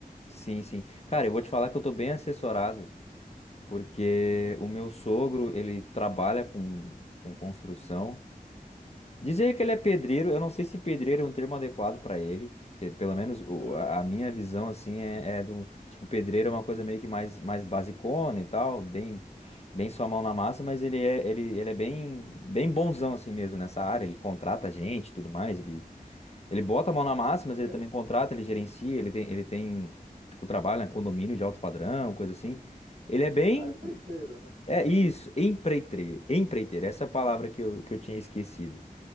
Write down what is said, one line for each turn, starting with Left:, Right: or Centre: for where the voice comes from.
Left: Sim, sim. Cara, eu vou te falar que eu tô bem assessorado, porque
Right: Uhum.
Left: o meu sogro, ele trabalha com, com construção. dizer que ele é pedreiro, eu não sei se pedreiro é um termo adequado para ele, porque pelo menos o-
Right: Aham.
Left: a a minha visão assim é, é do tipo pedreiro é uma coisa meio que mais mais basicona e tal, bem bem sua mão na massa, mas ele é ele, ele é bem bem bonzão assim mesmo nessa área, ele contrata gente, e tudo mais, ele ele bota a mão na massa, mas ele
Right: Aí,
Left: também contrata, ele gerencia, ele tem ele tem tipo trabalha em condomínio de alto padrão, coisa assim. Ele é bem
Right: ah, é preteiro, né?
Left: é
Right: Ah.
Left: isso, empreiteiro, empreiteiro, essa é a palavra que eu, que eu tinha esquecido.